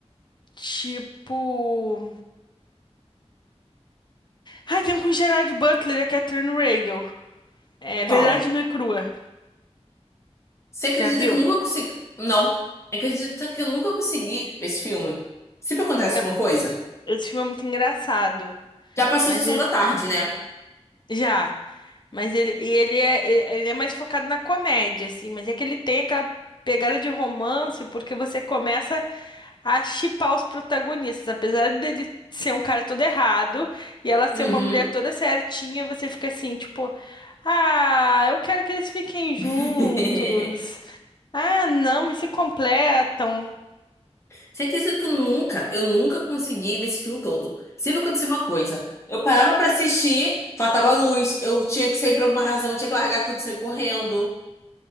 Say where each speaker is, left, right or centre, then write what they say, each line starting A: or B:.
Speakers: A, on the left (about 40°); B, on the left (about 25°).
A: tipo, ai, tem um com o Gerard Butler e a Catherine Reigl. É
B: Qual?
A: Verdade Nua e Crua.
B: Você acredita
A: Já viu?
B: que eu nunca consegui. Não. Acredita que eu nunca consegui esse filme? Sempre acontece
A: É,
B: alguma coisa?
A: esse filme é muito engraçado,
B: Já passou
A: mas
B: a sessão
A: ele
B: da tarde, né?
A: já, mas ele e ele é ele ele é mais focado na comédia assim, mas é que ele tem aquela pegada de romance porque você começa a shippar os protagonistas. Apesar dele ser um cara todo errado e ela ser
B: Uhum.
A: uma mulher toda certinha, você fica assim, tipo, ah, eu quero que eles fiquem juntos.
B: <laughs>
A: Ah, não, mas se completam.
B: Você acredita que eu nunca, eu nunca consegui ver esse filme todo? Sempre acontecia uma coisa. Eu parava pra assistir, faltava luz, eu tinha que sair por alguma razão, eu tinha que largar tudo, e sair correndo.